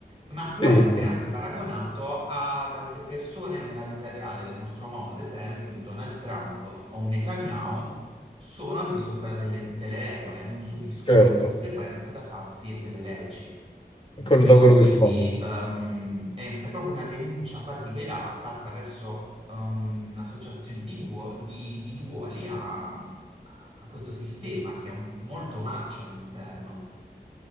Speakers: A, on the right (about 35°); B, on the left (about 30°).
A: Ma può
B: Sì,
A: essere
B: sì, sì,
A: anche paragonato ad altre persone nella vita reale del nostro mondo, ad esempio un Donald Trump o un Netanyahu sono al di sopra delle, delle regole, non subiscono
B: certo.
A: conseguenze da parte delle leggi.
B: Quello
A: Capito?
B: da quello
A: Quindi
B: che fanno.
A: ehm, è, è proprio una denuncia quasi velata attraverso ehm, un'associazione di, ruo- di- di ruoli a, a questo sistema che è un- molto marcio all'interno.